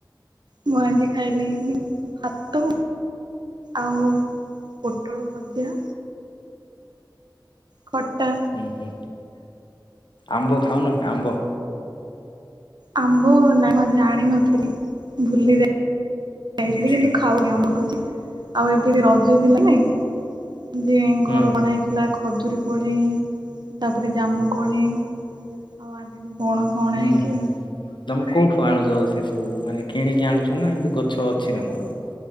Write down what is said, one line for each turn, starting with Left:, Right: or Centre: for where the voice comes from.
Right: ମୁଁ ଆଜି ଖାଇଲି ଭାତ ଆଉ ପୋଟଳ ଭଜା ଖଟା।
Left: ହୁଁ ହୁଁ ଆମ୍ବ ଖାଉନ ଆମ୍ବ?
Right: ଆମ୍ବ ନାଇଁ ମୁଁ ଆଜି ଆଣି ନଥିଲି ଭୁଲି ଯା ଇଥିଲି
Left: ଆଚ୍ଛା।
Right: କିନ୍ତୁ ଖାଉଚି ଆମ୍ବ ଖାଉଚି। ଆଉ ଏବେ ରଜ ଥିଲା ନାଇଁ। ଯେ
Left: ହୁଁ
Right: ଘରୁ ଅଣା ହେଇଥିଲା ଖଜୁରୀ କୋଳି ତାପରେ ଜାମୁକୋଳି ଆଉ ଆଜି ଯେଉଁ ପଣସ ଅଣା
Left: ହୁଁ
Right: ହେଇଚି।
Left: ହୁଁ ହୁଁ ତମେ କୋଉଠୁ ଆଣୁଚ ସେ ସବୁ ମାନେ କିଣିକି ଆଣୁଚ ନା ଏମତି ଗଛ ଅଛି ତମର?